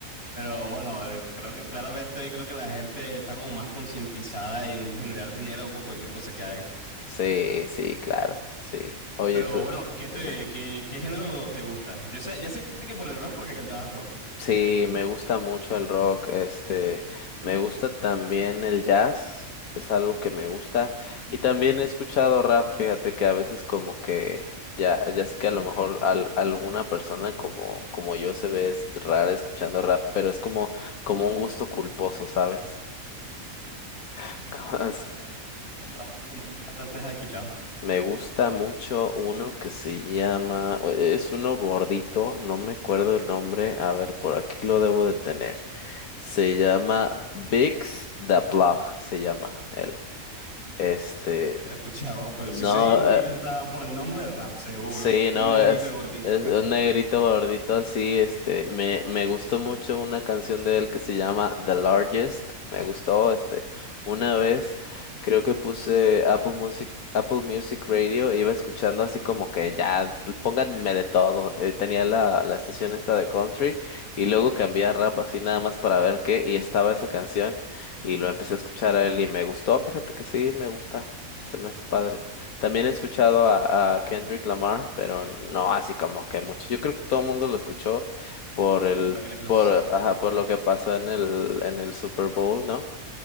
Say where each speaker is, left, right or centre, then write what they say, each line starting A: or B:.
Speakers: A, on the left; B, on the left.
A: Pero bueno, eh, creo que claramente hoy creo que la gente está como más concientizada en generar dinero con cualquier cosa que hagas.
B: Sí, sí, claro, sí. Oye,
A: Pero
B: tú,
A: bueno, ¿qué te,
B: dime.
A: qué, qué género te gusta? Yo sé, ya sé que por el rock porque cantabas rock.
B: Sí, me gusta mucho el rock, este, me gusta también el jazz, es algo que me gusta. Y también he escuchado rap, fíjate que a veces como que ya, ya sé que a lo mejor al, alguna persona como, como yo se ve es rara escuchando rap, pero es como, como un gusto culposo, ¿sabes? <laughs>
A: <laughs> Pero a ver, eh, rap, ¿como qué cantantes has escuchado?
B: Me gusta mucho uno que se llama, o- e, es uno gordito, no me acuerdo el nombre, a ver, por aquí lo debo de tener. Se llama Bix the Plug, se llama él. Este,
A: Bueno, casi nunca lo he escuchado, pero
B: no,
A: sí sé
B: eh,
A: que cantaba por el nombre de rap, seguro.
B: Sí, no,
A: Un negrito
B: es,
A: y gordito.
B: es un negrito
A: Mm.
B: gordito así, este, me, me gustó mucho una canción de él que se llama The Largest, me gustó, este, una vez creo que puse Apple Music, Apple Music Radio, iba escuchando así como que ya, pónganme de todo, eh, tenía la, la estación esta de country y luego cambié a rap así nada más para ver qué y estaba esa canción y lo empecé a escuchar a él y me gustó, fíjate que sí, me gusta, se me hace padre. También he escuchado a, a Kendrick Lamar, pero no así como que mucho. Yo creo que todo el mundo lo escuchó por el,
A: Por donde que le quieras.
B: por, ajá, por lo que pasó en el, en el Super Bowl, ¿no?